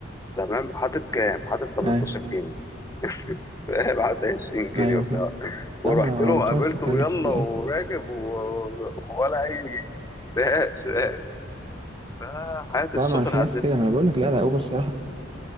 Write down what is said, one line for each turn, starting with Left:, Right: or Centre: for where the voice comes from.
Left: تمام حاطط كام؟ حاطط 18
Right: أيوة
Left: جنيه <laughs> فاهم حاطط 20 جنيه
Right: أيوه
Left: وبتاع
Right: فاهم
Left: ورحت
Right: لا ما أنا ما
Left: له
Right: أنا
Left: وقابلته
Right: فاهم بتتكلم
Left: ويلا
Right: في إيه
Left: وراكب
Right: أيوة.
Left: و... ولا أي جنيه <laughs> فاهم فحياة
Right: لا
Left: الشغل
Right: ما أنا في
Left: عندنا
Right: ناس كده ما
Left: <laughs>
Right: أنا بقول لك لا لا أوبر صراحة